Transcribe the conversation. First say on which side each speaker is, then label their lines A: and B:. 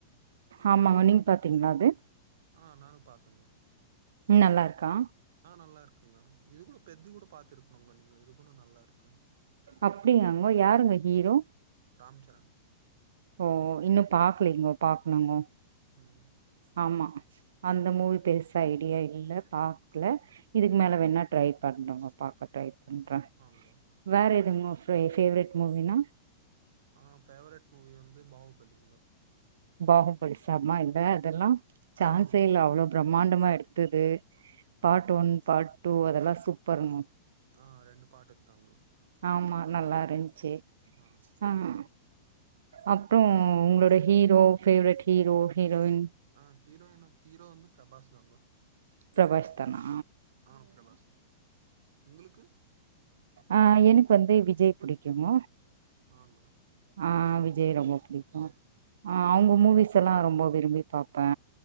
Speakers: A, on the right; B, on the right.
A: ஆமாங்க நீங் பாத்தீங்களா அது
B: ஆ நானு பாத்தங்க
A: ம் நல்லாருக்கா
B: ஆ நல்லார்க்குங்க இது கூட பெத்தி கூட பாத்திருக்ணுங்க நீங்க இது கூட நல்லாருக்கு
A: அப்டிங்யாங்கோ யாருங்க ஹீரோ
B: ராம்ச்சரண்
A: ஓ இன்னு பாக்லிங்கோ பாக்ணுங்கோ
B: ம்
A: ஆம்மா அந்த மூவி பெருசா ஐடியா இல்ல பாக்ல இதுக்கு
B: ம்.
A: மேல வேன்னா ட்ரை பண்றோங்க பாக்க ட்ரை பண்ற
B: ஆங்கோ.
A: வேற எதுங்க உ ஃபே ஃபேவரிட் மூவின்னா
B: ஆ ஃபேவரெட் மூவி வந்து பாவுபலிங்க
A: பாகுபலி சம்ம இல்ல அதெல்லா ச்சான்சே
B: ஆங்க.
A: இல்ல அவ்வளோ பிரம்மாண்டமா எடுத்தது பார்ட்
B: ஆமாங்க.
A: ஒன் பார்ட் டூ அதெல்லா சூப்பருங்
B: ஆ ரெண்டு பாட் எத்தாங்கோ
A: ஆம்மா நல்லாருந்ச்சு
B: ஆ
A: அம் அப்ற உங்களோட ஹீரோ ஃபேவரெட் ஹீரோ ஹீரோயின்
B: அ ஹீரோயின் ஷீரோ வந்து பிரபாஸ் தாங்க
A: பிரபாஷ்தானா
B: அ பிரபாஸ் உங்களுக்கு
A: ஆ எனக் வந்து விஜய் புடிக்கும்
B: ஆங்க
A: அ விஜய் ரொம்ப புடிக்கு அ அவுங்க
B: ம்
A: மூவிஸ்எ ல்லா ரொம்ப விரும்பி பாப்பே